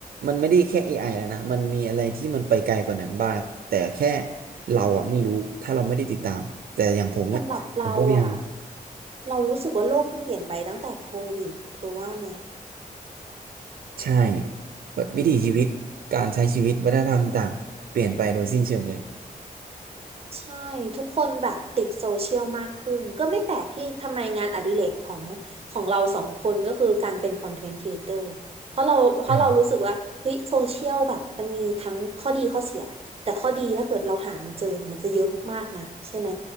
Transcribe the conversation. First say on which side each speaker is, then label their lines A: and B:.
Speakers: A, on the right; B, on the right.
A: มันไม่ได้แค่ a อไอแล้วนะมันมีอะไรที่มันไปไกลกว่านั้นบ้างแต่แค่เราอ่ะไม่รู้ถ้าเราไม่ได้ติดตามแต่อย่างผมเนี่ยผมก็พยายาม
B: สำหรับเราอ่ะเรารู้สึกว่าโลกมันเปลี่ยนไปตั้งแต่โควิดเธอว่าไหม
A: ใช่แบบวิถีชีวิตการใช้ชีวิตวัฒนธรรมต่างเปลี่ยนไปโดยสิ้นเชิงเลย
B: ใช่ทุกคนแบบติดโซเชียลมากขึ้นก็ไม่แปลกที่ทำไมงานอดิเรกของของเราสองคนก็คือการเป็นคอนเทนต์ครีเอเตอร์เพราะเราเพราะเรารู้สึกว่าเฮ้ยโซเชียลแบบมันมีทั้งข้อดีข้อเสียแต่ข้อดีถ้าเกิดเราหามันเจอเนี่ยมันจะเยอะมากๆนะใช่ไหม
A: อืม